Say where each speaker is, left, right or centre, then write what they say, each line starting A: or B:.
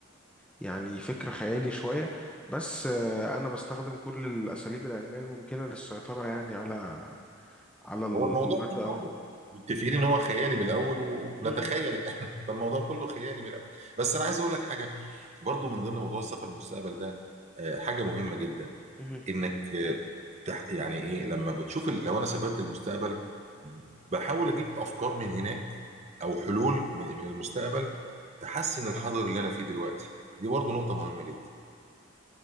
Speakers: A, in the centre; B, on the right (about 30°).
A: يعني فكرة خيالي شوية بس آه، أنا بستخدم كل الأساليب العلمية الممكنة للسيطرة يعني على على ال-
B: هو الموضوع
A: الأرض
B: كله
A: أهو
B: متفقين ان هو خيالي من الاول ونتخيل
A: م- م-
B: ان احنا <laughs> فالموضوع كله خيالي من الاول بس انا عايز اقول لك حاجه برضو من ضمن موضوع السفر للمستقبل ده آه، حاجه مهمه جدا
A: مهم.
B: انك آه، تح- يعني ايه لما بتشوف ال- لو انا سافرت للمستقبل بحاول اجيب افكار من هناك او حلول من من المستقبل تحسن الحاضر اللي انا فيه دلوقتي دي برضو نقطه مهمه جدا